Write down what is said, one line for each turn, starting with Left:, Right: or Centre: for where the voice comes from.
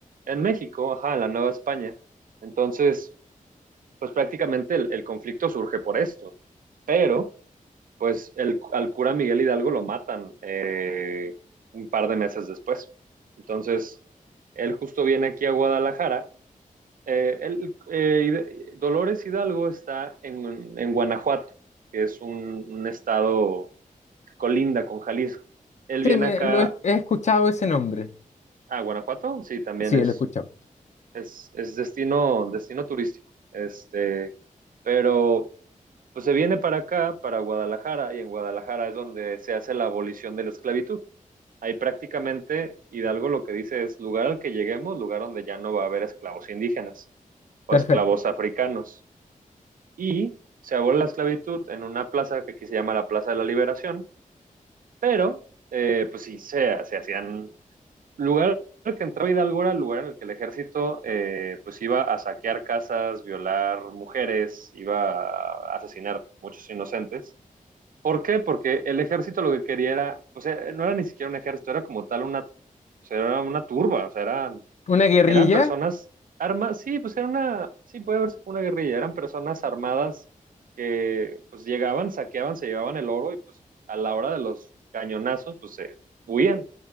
Right: en México, ajá, en la Nueva España. Entonces, pues prácticamente el, el conflicto surge por esto. Pero, pues el, al cura Miguel Hidalgo lo matan eh, un par de meses después. Entonces, él justo viene aquí a Guadalajara. Eh, él, eh, Dolores Hidalgo está en, en, Guanajuato, que es un, un estado que colinda con Jalisco. Él
Left: Sí,
Right: viene
Left: me,
Right: acá
Left: lo he, he escuchado ese nombre.
Right: a Guanajuato, sí, también
Left: Sí,
Right: es
Left: lo he escuchado.
Right: es, es, destino, destino turístico. Este, pero pues se viene para acá, para Guadalajara, y en Guadalajara es donde se hace la abolición de la esclavitud. Ahí prácticamente Hidalgo lo que dice es lugar al que lleguemos, lugar donde ya no va a haber esclavos indígenas o
Left: Perfecto.
Right: esclavos africanos. Y se abole la esclavitud en una plaza que aquí se llama la Plaza de la Liberación, pero eh, pues sí, se, se hacían lugar al que entraba Hidalgo era el lugar en el que el ejército eh, pues iba a saquear casas, violar mujeres, iba a asesinar muchos inocentes ¿Por qué? Porque el ejército lo que quería era, o sea, no era ni siquiera un ejército, era como tal una, o sea, era una turba, o sea, eran,
Left: ¿Una guerrilla?
Right: eran personas armadas, sí, pues era una, sí, puede verse como una guerrilla, eran personas armadas que pues llegaban, saqueaban, se llevaban el oro y pues a la hora de los cañonazos, pues se huían,